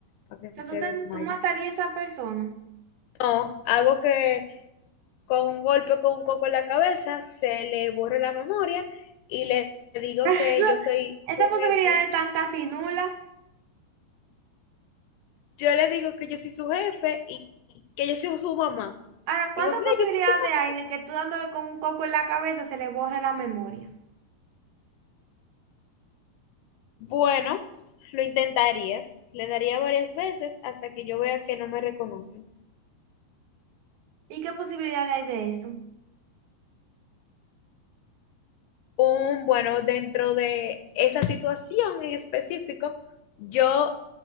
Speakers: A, on the left; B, on the right.
A: para
B: O sea,
A: que se
B: tú, ten-
A: desmaye.
B: tú matarías a esa persona.
A: No, algo que con un golpe con un coco en la cabeza, se le borra la memoria y le digo
B: <laughs> Esa
A: que yo soy
B: Esas
A: su
B: posibilidades
A: jefe.
B: están casi nulas.
A: Yo le digo que yo soy su jefe y que yo soy su mamá.
B: Ahora, ¿cuántas
A: Digo, mira,
B: posibilidades
A: yo soy tu mamá.
B: hay de que tú dándole con un coco en la cabeza se le borre la memoria?
A: Bueno, lo intentaría. Le daría varias veces hasta que yo vea que no me reconoce.
B: ¿Y qué posibilidades hay de eso?
A: Un, bueno, dentro de esa situación en específico, yo